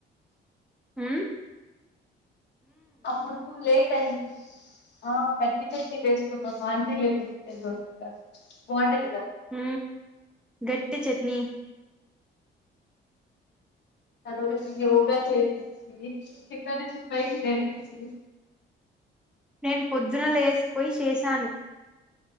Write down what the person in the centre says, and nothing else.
ఊ
హు గెట్టి చెట్నీ
నేను పొద్దున లేసిపోయి చేశాను